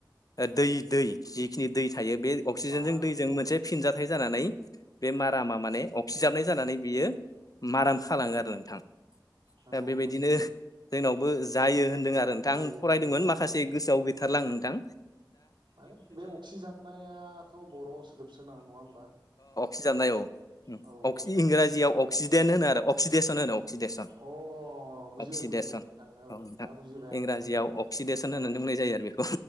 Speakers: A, on the left; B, on the right.
A: ओ दै दै जिखिनि दै थायो बे अ अक्सिजेनजों
B: बार
A: दैजों
B: औ
A: मोनसे फिनजा थाय जानानै बे मारामा
B: नंगौ
A: माने अक्सिजाबनाय जानानै बियो माराम खालाङो आरो नोंथां।
B: नंगौ
A: दा बेबायदिनो
B: मोनथिबाय
A: जोंनाव बो जायो होनदों आरो नोंथा
B: जायो
A: आं फरायदोंमोन
B: औ
A: माखासे गोसोआव गैथारला नों थां
B: मा बे अक्सिजाबनायाथ' बर'आव सोदोबसोना नङा होमबा?
A: सिजाबनाय औ उम
B: औ
A: अक्सि
B: बर' सोदोब
A: इंराजियाव
B: उम
A: अक्सिडेन होनो आरो। अक्सिडेसन होनो। अक्सिडेसन
B: अ बुजिबाय
A: अक्सिडेसन
B: बुजिबाय नोंथां औ
A: नोंथां
B: दा बुजिबाय आङो
A: इंराजियाव अक्सिडेसन होननानै
B: औ
A: बुंनाय जायो आरो बेखौ